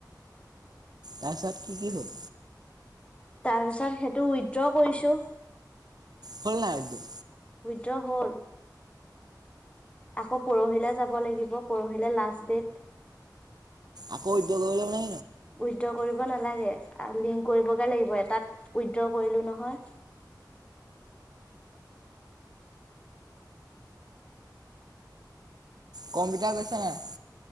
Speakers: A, on the right; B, on the left.
A: তাৰপছত কি-কি হ'ল?
B: তাৰ পিছত সেইটো উইড্ৰ কৰিছো।
A: হ'ল নাই উদ্যোগ
B: উইদ্ৰ হ'ল। আকৌ পৰহিলে যাব লাগিব, পৰহিলে লাষ্ট ডেট।
A: আকৌ উইদ্ৰ <unintelligible> নো
B: উইড্ৰ কৰিব নালাগে, লিংক কৰিবগে লাগিব। এটাত উইড্ৰ কৰিলো নহয়। <inaudible>
A: কন পিটাই গৈছে নাই?